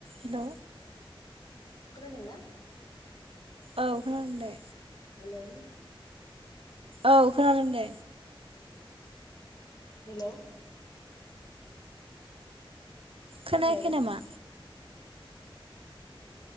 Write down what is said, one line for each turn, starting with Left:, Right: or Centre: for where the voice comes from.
Right: Hello
Left: खोनादों ना?
Right: औ खोनादों दे।
Left: हेलौ।
Right: औ खोनादों दे।
Left: हेलौ
Right: खोनायाखै
Left: हेलौ
Right: नामा?